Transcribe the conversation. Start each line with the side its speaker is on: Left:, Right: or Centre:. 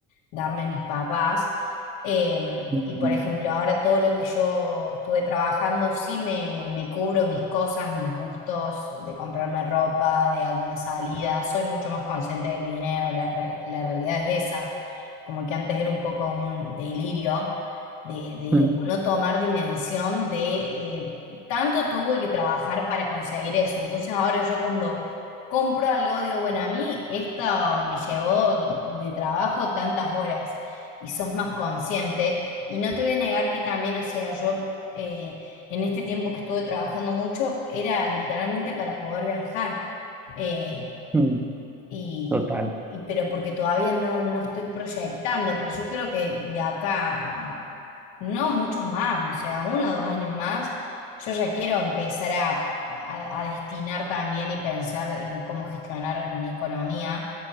Left: darme mis papás. Eh,
Centre: Mm,
Left: y por ejemplo, ahora todo lo que yo estuve trabajando, sí me, me cubro mis cosas, mis gustos, de comprarme ropa, de alguna salida. Soy mucho más consciente del dinero, la, re- la realidad es esa. Como que antes era un poco un delirio de, de
Centre: mm,
Left: no tomar dimensión de eh, tanto tuve que trabajar para conseguir eso. Entonces ahora yo cuando compro algo digo, bueno, a mí esto me llevó de trabajo tantas horas y sos más consciente. Y no te voy a negar que también, o sea, yo eh, en este tiempo que estuve trabajando mucho era literalmente para poder viajar. Eh,
Centre: mm,
Left: y,
Centre: Total.
Left: y- pero porque todavía no, no estoy proyectando, pero yo creo que de acá no muchos más, o sea, uno o dos años más, yo ya quiero empezar a, a- a destinar también y pensar en cómo gestionar mi economía